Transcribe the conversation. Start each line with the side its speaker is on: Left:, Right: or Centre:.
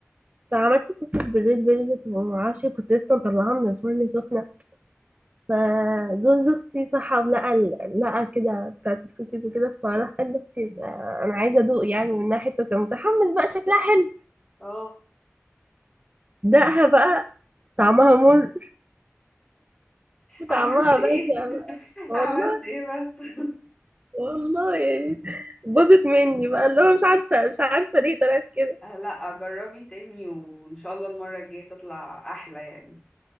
Right: عملت كوكيز بالليل بيضة ومعرفش كنت لسه مطلعاها من الفرن سخنة فجوز اختي صحى لقى ال- لقى كده بتاعت الكوكيز وكده فراح قال لاختي آه، انا عايزة ادوق يعني من ناحيته كان متحمس بقى شكلها حلو
Left: اه
Right: دقها بقى طعمها مر
Left: عملت
Right: طعمها
Left: ايه
Right: بشع بقى.
Left: <laughs>
Right: والله
Left: عملت ايه بس <laughs>
Right: والله يعني باظت مني بقى اللي هو مش عارفة مش عارفة ليه طلعت كده
Left: آه، لا جربي تاني وان شاء الله المره الجايه تطلع احلى يعني